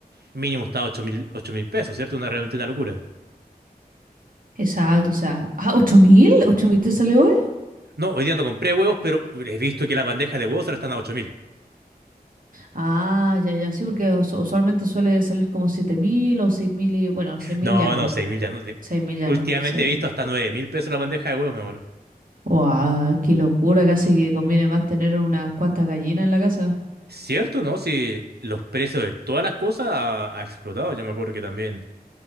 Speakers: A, on the right; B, on the right.
A: mínimo está a ocho mil ocho mil pesos, ¿cierto? Una, realmente una locura.
B: Exacto, o sea, ah, ¿ocho mil? ¿Ocho mil te salió hoy?
A: No, hoy día no compré huevos, pero he visto que la bandeja de huevos ahora están a ocho mil.
B: Ah, ya, ya, sí, porque usu- usualmente suele salir como siete mil o seis mil y bueno, seis mil
A: No,
B: ya no,
A: no, seis mil ya no. de-
B: seis mil ya
A: Últimamente
B: no, sí.
A: he visto hasta nueve mil pesos la bandeja de huevos, mi amor.
B: Guau, qué locura, casi que conviene más tener unas cuantas gallinas en la casa.
A: ¿Cierto, no? Si los precios de todas las cosas ha, ha explotado. Yo me acuerdo que también